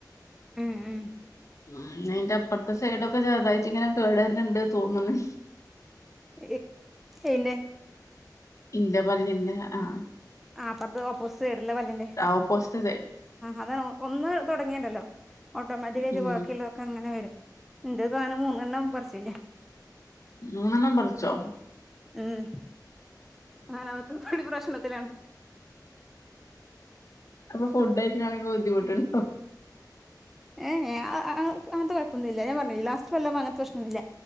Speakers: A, in the centre; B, on the left.
A: ഉം ഉം
B: ഉം അയിന്റെ അപ്പുറത്തെ സൈഡോക്കെ ചെറുതായിട്ട് ഇങ്ങനെ കേടവരുന്നണ്ട് തോന്നണ്
A: എ എന്നെ
B: ഇന്റെ പല്ലെന്നേ ആ
A: ആ അപ്പറത്ത് ഓപ്പോസിറ്റ് സൈഡല്ലേ പല്ലല്ലേആ
B: ഓപ്പോസിറ്റ് സൈഡ്
A: അതാണ് ഒന്ന് തുടങ്ങിയണ്ടല്ലോ ഓട്ടോമാറ്റിക്കായിട്ട്
B: ഉം
A: ബാക്കിയുള്ളതൊക്കെങ്ങനെ വരും ഇന്തതും അങ്ങനെ മൂന്നണ്ണം പറിച്ചെ
B: മൂന്നണ്ണം പറിച്ചോ
A: ഉം നാലാമത്തെ കടി പ്രശ്നത്തിലാണ്
B: അപ്പൊ ഫുഡ് കഴിക്കാനൊക്കെ <inaudible>
A: ഏ അങ്ങനത്തെ കുഴപ്പൊന്നും ഇല്ല ഞാൻ പറഞ്ഞ ലാസ്റ്റ് വല്ല് അങ്ങനത്തെ പ്രശ്നൊന്നുമില്ല